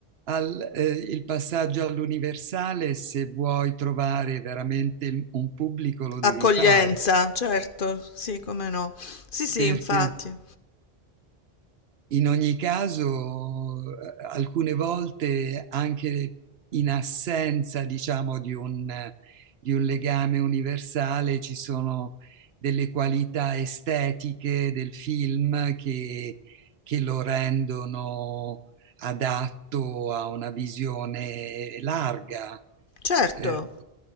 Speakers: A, on the right (about 75°); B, on the left (about 55°).
A: al- eh, il passaggio all'universale, se vuoi trovare veramente il- un pubblico, lo devi
B: Accoglienza,
A: fare,
B: certo, sì, come no. Sì, sì,
A: perché
B: infatti.
A: In ogni caso, eh, alcune volte anche in assenza, diciamo, di un, di un legame universale, ci sono delle qualità estetiche del film che, che lo rendono adatto a una visione larga,
B: Certo.
A: eh,